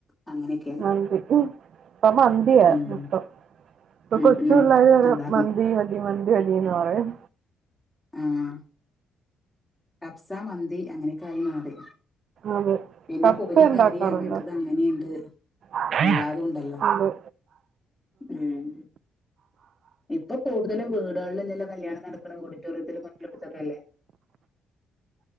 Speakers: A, on the left; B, on the right.
A: അങ്ങനെയൊക്കെയാണ്
B: മന്തി ഉം ഇപ്പ മന്തിയ
A: ഉം
B: ഇപ്പം
A: ഉം
B: കൊച്ചൂള്ളാര്
A: ഉം
B: വരെ
A: അതാ
B: മന്തി മന്തി മ തീന്ന് പറയും.
A: ആഹ് കബ്സ, മന്തി അങ്ങനെയക്കായി മാറി.
B: അതെ
A: പിന്നെ
B: കപ്സ
A: പൊരിയും
B: ഉണ്ടാക്കാറുണ്ടോ
A: കാരിം അങ്ങനത്തത് അങ്ങനെയുണ്ട്
B: അതെ
A: എല്ലാതും ഉണ്ടല്ലോ
B: ആണ്
A: ഉം. ഇപ്പൊ കൂടുതലും വീടുകളിലെല്ലോ കല്യാണം നടക്കണ് ഓഡിറ്റോറിയം മറ്റിലെടുത്തൊക്കെ അല്ലേ?